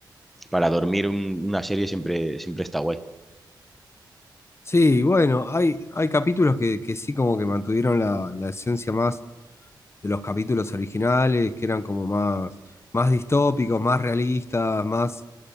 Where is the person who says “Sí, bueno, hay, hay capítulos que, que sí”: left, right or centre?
Left